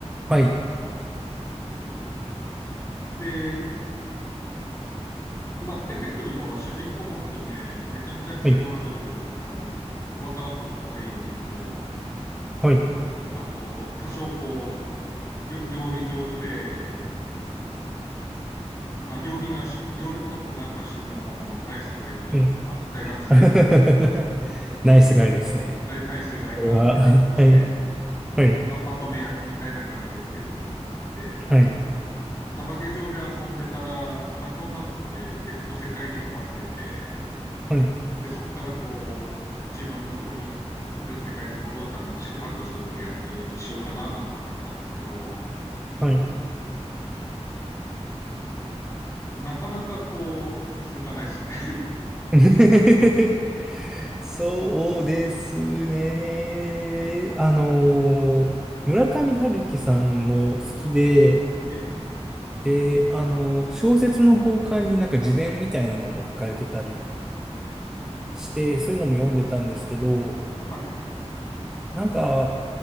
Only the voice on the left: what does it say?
で、まあ、出てくるのは主人公も含め、めちゃめちゃ癖のある、
あの、おバカな高校生4人と、
あと、多少こう、料料理上手で、まあ、料理がし、料理と登山が趣味のナイスガイというか、
大学生
ナイナイスガが出てきまして
あ、まとめ役みたいな感じで出てくるのがあって、
サバゲ上で遊んでたら、まあ、ひょんなことで別の世界に飛ばされて、
でそこからこう自分の国、住んでる世界に戻るために宿泊するってやつにしようかななんて思ってたんですけど、
なかなかこう、続かないですね。
<laughs> ええ、
はい、